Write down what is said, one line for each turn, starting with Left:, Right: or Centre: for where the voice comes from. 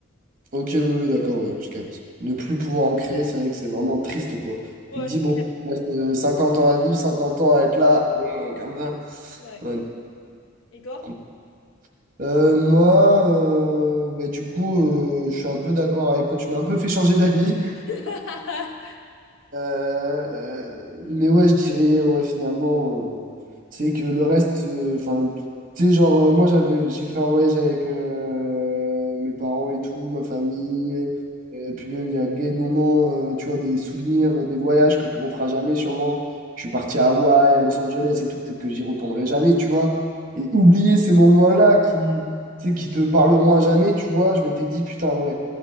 Right: Ok, oui, oui, d'accord, ouais, je capte. Ne plus pouvoir en créer, c'est vrai que c'est vraiment triste, quoi.
Left: Ouais,
Right: Tu te dis,
Left: c'est
Right: bon,
Left: clair.
Right: il reste euh, 50 ans à vivre, 50 ans à être là, hum, comme ça.
Left: Ouais.
Right: Ouais, non.
Left: Et
Right: je
Left: toi?
Right: comprends. Euh, moi, euh, bah, du coup, euh, je suis un peu d'accord avec toi. Tu m'as un peu fait changer d'avis.
Left: <laughs>
Right: Euh, mais ouais, je dirais, ouais, finalement, euh, c'est que le reste, euh, enfin, tu sais, genre, euh, moi, j'avais, j'ai fait un voyage avec euh, mes parents et tout, ma famille, Euh, puis même, il y a des moments, euh, tu vois, des souvenirs, euh, des voyages que tu referas jamais, sûrement. Je suis parti à Hawaï, à Los Angeles et tout, peut-être que j'y retournerai jamais, tu vois. Et oublier ces moments-là qui, tu sais, qui te parleront à jamais, tu vois, je m'étais dit, putain, ouais,